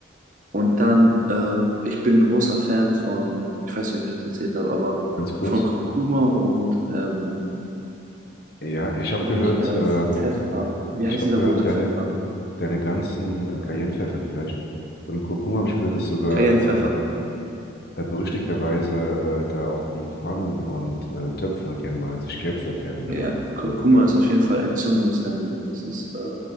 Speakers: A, on the right (about 40°); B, on the left (about 50°).
A: und dann, äh, ich bin großer Fan von, ich weiß nicht, ob ich das erzählt habe, aber
B: Ganz kurz.
A: von Kurkuma und ähm,
B: Ja, ich habe
A: nicht
B: gehört,
A: äh,
B: ähm,
A: Pfeffer. Wie
B: Ich
A: heißt
B: habe
A: dieser
B: gehört,
A: rote
B: deine,
A: Pfeffer?
B: deine ganzen äh, Cayennepfeffer vielleicht. Und Kurkuma habe ich gehört, dass sogar
A: Cayenne-Pfeffer.
B: ähm, äh, berüchtigterweise äh, da auch die Pfannen und äh, Töpfe gerne mal sich gelb verfärben, wenn
A: Ja,
B: man
A: Kurkuma
B: wirken will.
A: ist auf jeden Fall entzündungshemmend. Das ist äh,